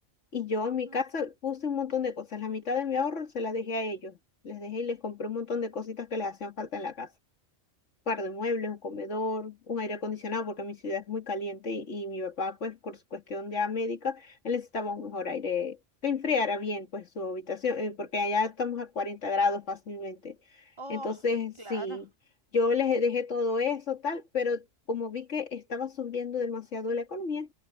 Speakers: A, on the left (about 80°); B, on the right (about 25°).
A: Y yo en
B: ujú.
A: mi casa puse un montón de de de cosas, la la la mitad de mi ahorro se la dejé a ellos, les les les y les compré un montón de cositas que les hacían falta en la casa par de muebles, un comedor, un aire acondicionado, porque mi ciudad es muy caliente y, y mi papá, pues, por su cuestión de médica, él necesitaba un mejor aire que enfriara bien, pues, su habitación, eh, porque allá estamos a 40 grados fácilmente.
B: Oh,
A: Entonces,
B: claro.
A: sí, yo les dejé todo eso, tal, pero como vi que estaba subiendo demasiado la economía,